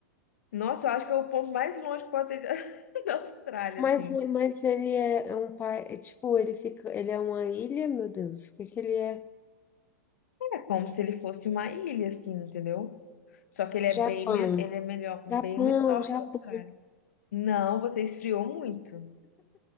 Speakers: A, on the left; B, on the left.
A: Nossa, eu acho que é o ponto mais longe que pode ter <laughs> da Austrália,
B: Mas,
A: assim.
B: mas ele é é um pai, é tipo, ele fica, ele é uma ilha, meu Deus, o que que ele é?
A: É como se ele fosse uma ilha, assim, entendeu? Só que ele é
B: Japão,
A: bem, men- ele é melhor,
B: Japão,
A: bem menor
B: Japão.
A: que a Austrália. Não, você esfriou muito.